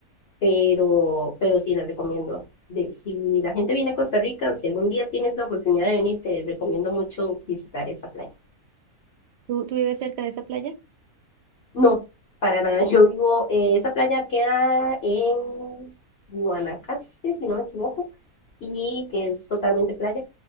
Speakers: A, on the left; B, on the right.
A: pero, pero sí les recomiendo. De- si la gente viene a Costa Rica, si algún día tienes la oportunidad de venir, te recomiendo mucho visitar esa playa.
B: ¿Tú, tú vives cerca de esa playa?
A: No, para nada, yo vivo, eh, esa playa queda en Guanacaste, si no me equivoco, y que es totalmente playa,